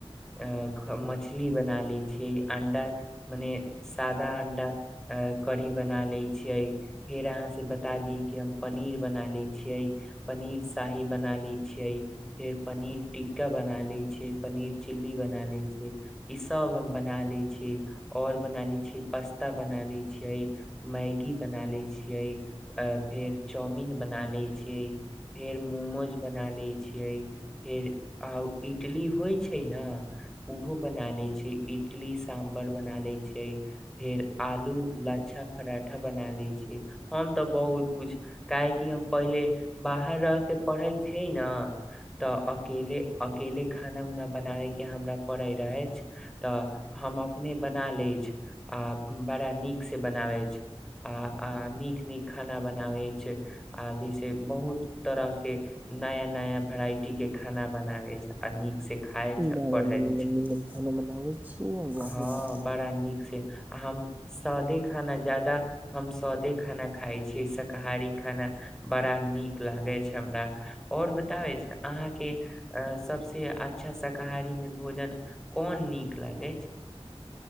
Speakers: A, in the centre; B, on the right.
A: अ मछली बना लैत छियै अंडा मने सादा अंडा अ कढ़ी बना लैत छियै फेर अहाँसँ बता दी कि हम पनीर बना लैत छियै पनीर शाही बना ले छियै फेर पनीर ट टिक्का बना ले छै पनीर चिल्ली बना ले छियै इ सब हम बना ले छीयै और बना ले छीय पास्ता बना ले छियै मैगी बना लैत छियै आ फेर चाउमिन बना लैत छियै फेर मोमोज बना लैत छियै फेर आ इटली होइ छै ने ओहो बना ले छै इटली साम्बर बना ले छै फेर आलू लच्छा पराठा बना ले छै हम तऽ बहुत कुछ काहेकि हम पहिले बाहर रहके पढ़ल छै ने तऽ अकेले अकेले खाना उना बनाबैके हमरा पड़ै रह अछि तऽ हम अपने बना लै अछि आ बड़ा नीक से बनाब अछि आ आ नीक नीक खाना बनाबै छै आ जैसे बहुत तरह के नया नया वेराइटी के खाना बनावे छै आ नीक से खााय
B: बड़ा
A: छै आ पढ़ै
B: निमन-निमन
A: छै
B: खाना बनावे छिये अहाँ
A: हँ
B: के
A: बड़ा नीक से हम सदे खाना जादा हम सदे खाना खाइ छियै शाकाहारी खाना बड़ा नीक लागैत छै हमरा आओर बताबै ने अहाँके अ सबस अच्छा शाकाहारी मे भोजन कोन नीक लागे छै